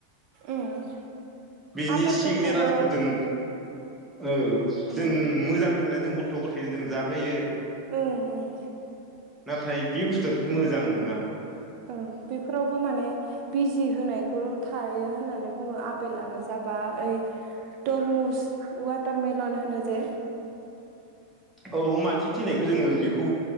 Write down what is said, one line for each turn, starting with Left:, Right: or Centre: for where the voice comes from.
Right: उम
Centre: बेनि
Right: आपेलफोरखौबो
Centre: सिंनि राजखौ जों औ
Right: उम
Centre: जों मोजां होनना जों गथ गथायजों जाहोयो।
Right: ओं ओं।
Centre: नाथाय <unintelligible> मोजां नोङा।
Right: ओं बेफोरावबो माने बिजि होनायखौ थायो होननानै बुङो । बेलानो जाबा ओइ तरमुस वाटारमेलन होनो जे
Centre: औ मानसि थैनायखौ जोङो बेखौ